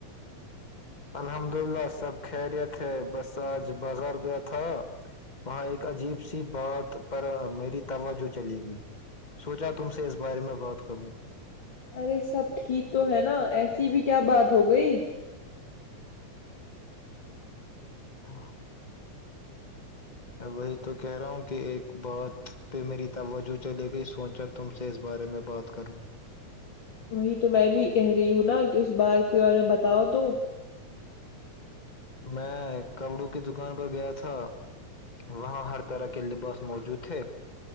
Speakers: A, on the left; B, on the left.
A: الحمد للہ سب خیریت ہے بس آج بزار گیا تھا وہاں ایک عجیب سی بات پر میری توجہ چلی گئی سوچا تم سے اس بارے میں بات کروں
B: ارے سب ٹھیک تو ہے نا ایسی بھی کیا بات ہو گئی
A: ہاں وہی تو کہہ رہا ہوں کہ ایک بات پہ میری توجہ چلے گئی سوچک تم سے اس بارے میں بات کروں
B: وہی تو میں بھی کہہ رہی ہوں نا کہ اس بار کے بارے میں بتاؤ تو
A: میں کپڑوں کی دکان پر گیا تھا وہاں ہر طرح کے لباس موجود تھے